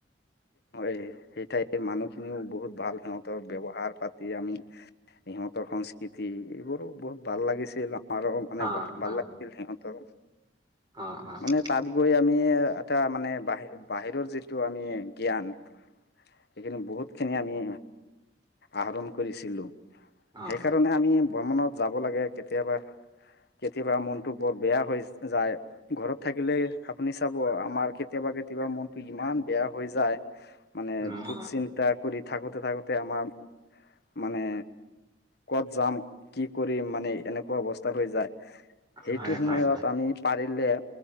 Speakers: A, on the left; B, on the right.
A: ভ, সেই ঠাইৰ মানুহখিনিও বহুত ভাল সিহঁতৰ ব্যৱহাৰ পাতি আমি সিহঁতৰ সংস্কৃতি এইবোৰো বহুত ভাল লাগিছিল। আৰু মানে
B: অ
A: ভাল
B: অ
A: লাগিছিল সিহঁতৰ
B: অ অ অ
A: মানে তাত গৈ আমি এটা মানে বাহিৰ, বাহিৰৰ যিটো আমি জ্ঞান এইখিনি বহুত খিনি আমি আহৰণ কৰিছিলো,
B: অ
A: সেইকাৰণে আমি ভ্ৰমণত যাব লাগে কেতিয়াবা। কেতিয়াবা মনতটো বৰ বেয়া হৈ যায় ঘৰত থাকিলে আপুনি চাব আমাৰ কেতিয় কেতিয়াবা, কেতিয়াবা মনতটো ইমান বেয়া হৈ যায় মানে
B: অ
A: দুশচিন্তা
B: অ
A: কৰি থাকোতে, থাকোতে আমাৰ মানে ক'ত যাম কি কৰিম মানে এনেকুৱা অৱস্থা হৈ যায়। সেইটো
B: হয়
A: সময়ত
B: হয়
A: আমি পাৰিলে